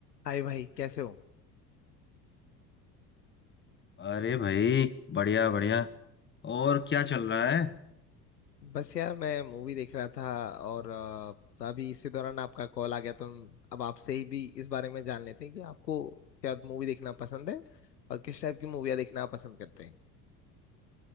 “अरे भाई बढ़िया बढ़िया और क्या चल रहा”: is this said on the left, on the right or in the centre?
Left